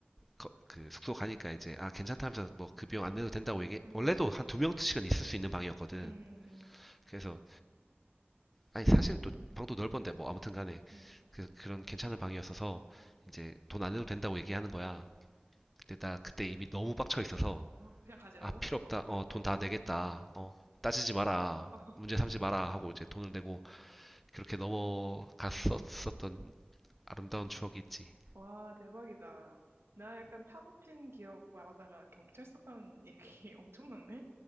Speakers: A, in the centre; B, on the right.
A: 거- 그 숙소 가니까 이제 아 괜찮다면서 뭐 그 비용 안 내도 된다고 얘기
B: 응,
A: 원래도
B: 응,
A: 한 두 명씩은 있을 수 있는 방이었거든.
B: 응, 응, 응.
A: 그래서 아니 사실 또 방도 넓은데 뭐 아무튼 간에
B: 응.
A: 그, 그런 괜찮은 방이었어서 이제 돈 안 내도 된다고 얘기하는 거야. 근데 나 그때 입이 너무 빡쳐 있어서
B: 어, 그냥 가지라고?
A: 아 필요 없다.
B: 어,
A: 어 돈
B: 어.
A: 다 내겠다. 어 따지지 마라.
B: <laughs>
A: 문제 삼지 마라 하고 이제 돈을 내고 그렇게 넘어갔었었던 아름다운 추억이 있지.
B: 와, 대박이다. 나 약간 차 놓친 기억 말하다가 경찰서 간 얘기 <laughs> 엄청난데?